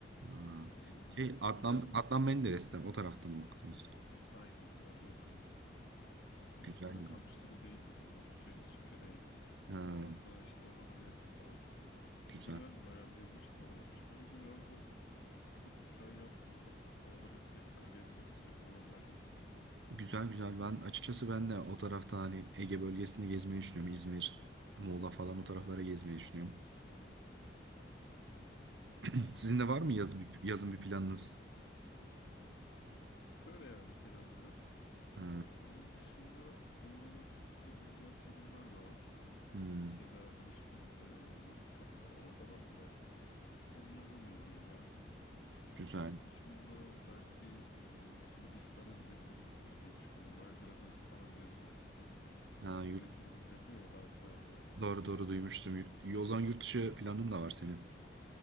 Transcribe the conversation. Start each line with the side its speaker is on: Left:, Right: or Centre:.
Right: ha.
Left: Ee,
Right: Şey
Left: o
Right: Adnan,
Left: yüzden
Right: Adnan Menderes'te o tarafta mı okudunuz?
Left: aynen orada okudum. Biz-
Right: Güzel.
Left: Ana kampüste de değildi bizim okul şey Söke'deydi.
Right: Ha,
Left: Biraz daha işte oralara yakın falan.
Right: güzel.
Left: Güzeldi bayağı gezmiştim oraları. Şimdi bu yazda Bir plan yaptım bakalım. Oraları tekrar gezmek istiyorum oralarda.
Right: Güzel güzel ben açıkçası ben de o tarafta hani Ege bölgesinde gezmeyi düşünüyorum. İzmir, Muğla falan o taraflara gezmeyi düşünüyorum. <clears throat> Sizin de var mı yaz, yazın bir planınız?
Left: Böyle yani genel olarak.
Right: Ha,
Left: Ee, onun dışında uğramak istediğim özel konumlar da var.
Right: hmm,
Left: Fethiye'de arkadaşım e, kalıyor or- orada zaten. Onun yanına bir uğrayacağım.
Right: güzel.
Left: Onun dışında belki e, Sırbistan'a gidebilirim diye düşünüyorum. Belgrad'ı falan gezmek istiyorum.
Right: Ha, yurt,
Left: Vizesiz gidilebiliyor ya daha kolay oluyor.
Right: doğru doğru duymuştum. Yurt, o zaman yurt dışı planın da var senin.